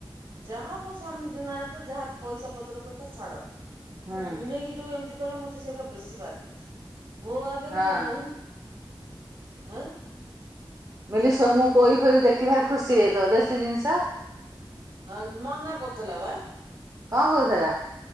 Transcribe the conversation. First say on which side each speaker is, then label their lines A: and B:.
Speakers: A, on the right; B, on the right.
A: ଯାହା ମୋ ସ୍ଵାମୀ ଦିନାହାନ୍ତ ଯାହା ପଇସା ପତ୍ର କଥା ଛାଡ।
B: ହୁଁ
A: ମୋ ଭିଣେଇକି ଯୋଉ ଏମିତି କଲା ମତେ ସେଇଟା ବେଶୀ ବାଧିଛି ମୋ ଆଗରେ
B: ହଁ
A: ମୋ ଭଉଣୀ କି। ହ୍ନା
B: ମିଲି ସୋନୁ ପୋଇ ଫୋଇ ଦେଖି ଭାରି ଖୁସି ହୋଇଜାଇଥିବ ଦେଶୀ ଜିନିଷ।
A: ହଁ ମନା କରୁଥିଲା ବା।
B: କଣ କହୁଥିଲା?